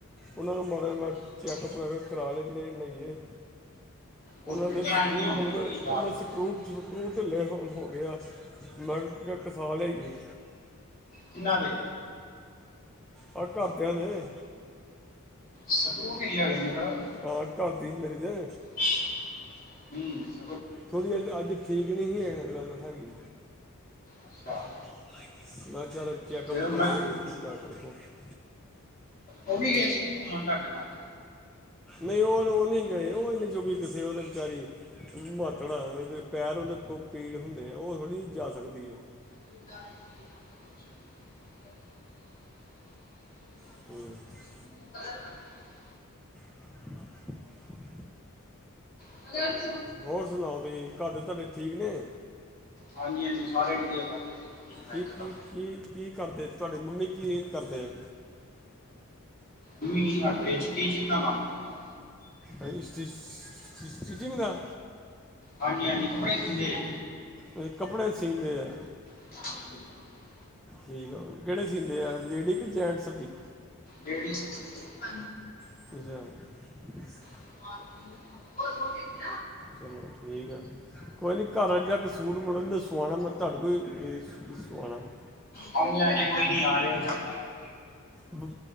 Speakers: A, in the centre; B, on the left.
A: ਉਹਨਾਂ ਨੂੰ ਮਾੜਾ ਜਿਹਾ ਮੈਂ,
B: ਅੱਛਾ
A: ਚੈੱਕਅਪ ਵੈ ਕਰਾ ਲਈ ਲਿਆਈਏ।
B: ਜੀ
A: ਉਹਨਾਂ ਦੇ
B: ਉਲਟੀਆਂ
A: ਸਕਰੂ
B: ਆਲਟੀਆਂ ਹੋ
A: ਮਤਲਬ,
B: ਗਈਆਂ ਜੀ ਜਾ
A: ਉਹਨਾਂ
B: ਕੇ
A: ਸਕਰੂ- ਸਕਰੂ ਢਿੱਲੇ ਹੋ ਹੋਗੇ ਆ। ਮੈਂ ਕਿਆ, ਕਿਹਾ ਲਿਆਈਏ।
B: ਕਿਨਾਂ ਦੇ?
A: ਆ ਘਰਦਿਆਂ ਦੇ।
B: ਸਕਰੂ ਢਿੱਲੇ ਹੋ ਗਏ ਮਤਲਬ?
A: ਹਾਂ ਘਰ ਦੀ ਮੇਰੀ ਦੇ
B: <unintelligible> ਹਂ
A: ਥੋੜ੍ਹੀ ਅੱਜ, ਠੀਕ ਨਹੀਂ ਸੀ ਹੈਗੀ।
B: ਅੱਛਾ
A: <unintelligible> ਮੈਂ ਚੱਲ ਚੈੱਕਪ
B: ਤੇ
A: ਕਰ
B: ਮੈਂ
A: ਲਿਆਈ ਪੀ ਕੀਤਾ <unintelligible>
B: ਉਹ ਵੀ ਗਏ ਸੀਗੇ, ਘੁੰਮਣ ਤੁਹਾਡੇ ਨਾਲ।
A: ਨਈਂ ਉਹ ਉਹ ਨਈਂ ਗਏ, ਉਹ ਇੰਨੀ ਜੋਗੀ ਕਿਥੇ ਉਹਤੇ ਵਿਚਾਰੀ। ਮਾਤੜ ਆ, ਪੈਰ ਉਹਦੇ ਪੀੜ ਹੁੰਦੇ, ਉਹ ਥੋੜ੍ਹੀ ਜ ਜਾ ਸਕਦੀ ਆ।
B: <unintelligible> <unintelligible>
A: ਹਂ
B: <unintelligible>
A: <unintelligible>
B: <unintelligible>
A: ਹੋਰ ਸੁਣਾਓ ਤੁਸੀਂ, ਘਰ ਦੇ ਤੁਹਾਡੇ ਠੀਕ ਨੇਂ?
B: ਹਾਂਜੀ ਹਾਂਜੀ, ਸਾਰੇ ਵਧੀਆ ਸਾਡੇ। ਠੀਕ ਲਾ
A: ਕੀ
B: ਇੱਕਦਮ
A: ਕੀ ਕੀ ਕੀ ਕਰਦੇ? ਤੁਹਾਡੀ ਮੰਮੀ ਕੀ ਕਰਦੇ ਆ?
B: ਮੰਮੀ ਕਰਦੇ ਸਟੀਚਿੰਗ ਦਾ ਕੰਮ। ਉਹਨਾਂ ਦਾ
A: ਹਾਂ ਸਟੀਚਿੰ, ਸਟੀਚਿੰਗ ਦਾ।
B: ਹਾਂਜੀ ਹਾਂਜੀ, ਕੱਪੜੇ ਸੀਂਦੇਆ।
A: ਇਹ ਕੱਪੜੇ ਸੀਂਦੇ ਆ।
B: ਹਂ <unintelligible>
A: ਠੀਕ ਆ, ਕਿਹੜੇ ਸੀਂਦੇ ਆ ਲੇਡੀ ਕਿ ਜੈਂਟਸ ਜੀ?
B: ਡੇੜੀਸ <unintelligible>
A: <inaudible>
B: <inaudible>
A: ਚਲੋ ਠੀਕ ਆ। ਕੋਈ ਨਈਂ ਘਰ ਆ, ਜਾ ਕੇ ਸੂਟ ਮਲ ਸੁਆਉਣਾ ਮੈਂ, ਤੁਹਾਡੇ ਕੋਲ ਈ ਸਵਾਣਾ ਵ
B: ਹਾਂਜੀ ਹਾਂਜੀ, ਕੋਈ ਨੀਂ ਆ ਜਿਓ, ਸਾਡਾ <inaudible> <inaudible>
A: ਵ-